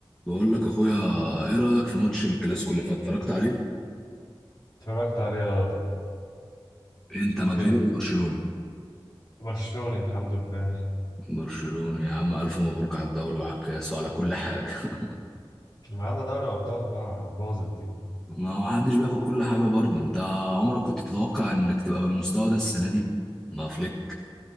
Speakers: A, in the centre; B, on the left.
A: بقول لك اخويا ايه رايك في ماتش الكلاسيكو اللي فات اتفرجت عليه
B: اتفرجت عليه اه
A: انت مدريدي
B: ايه
A: ولا برشلوني
B: برشلوني الحمد لله
A: برشلوني يا عم الف مبروك على الدوري وعلى الكاس وعلى كل حاجه <laughs>
B: ما عدا دوري الابطال بقى باظت دي
A: ما ما حدش بياخد كل حاجه برضه انت عمرك كنت تتوقع انك تبقى بالمستوى ده السنه دي مع فليك